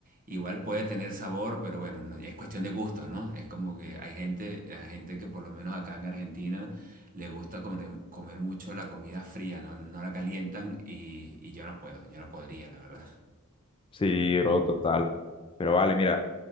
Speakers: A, on the right (about 40°); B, on the left (about 25°).
A: igual puede tener sabor, pero bueno, no- es cuestión de gusto, ¿no? Es como que hay gente, hay gente que por lo menos acá en Argentina le gusta comer, comer mucho la comida fría, ¿no? No la calientan y, y yo no puedo, yo no podría, la verdad.
B: Sí, bro, total. Pero vale, mira,